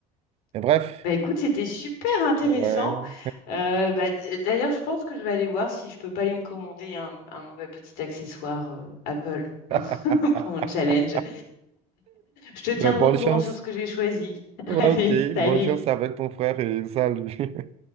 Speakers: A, on the right; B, on the left.
A: Mais bref,
B: Bah écoute, c'était super intéressant.
A: ouais.
B: Euh, bah, d- euh, d'ailleurs, je pense que je vais aller voir si je peux pas aller me commander un, un nouvel petit accessoire euh, Apple
A: <laughs>
B: hein, <laughs> pour mon challenge. Je te tiendrai
A: Ben, bonne
B: au courant
A: chance.
B: sur ce que j'ai choisi. <laughs>
A: Ouais,
B: Allez,
A: Ok,
B: salut.
A: bonne chance avec ton frère et salut.